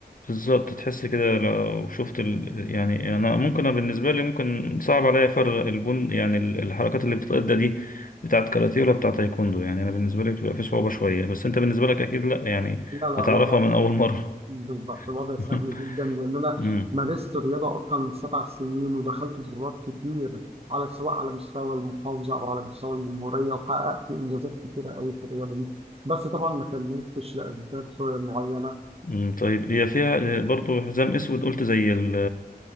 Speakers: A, on the left; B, on the right.
A: بالظبط تحس كده لو شفت ال... يعني انا ممكن أنا بالنسبه لي ممكن صعب عليا فرق البن يعني ال- الحركات اللي بتتأدى دي بتاعت كاراتيه ولا بتاعت تايكوندو يعني انا بالنسبه لي بتبقى في صعوبه شويه بس انت بالنسبه لك اكيد لا يعني
B: لا لا
A: هتعرفها
B: الوضع
A: من اول مره
B: بالظبط الوضع سهل
A: <laughs>
B: جدا لان انا
A: امم
B: مارست الرياضه اكتر من سبع سنين ودخلت بطولات كتير على سواء على مستوى المحافظه او على مستوى الجمهوريه وحققت انجازات كتيره قوي في الرياضه دي بس طبعا ما كملتش لاسباب معينه
A: أمم، طيب هي فيها برضو حزام اسود قلت زي ال...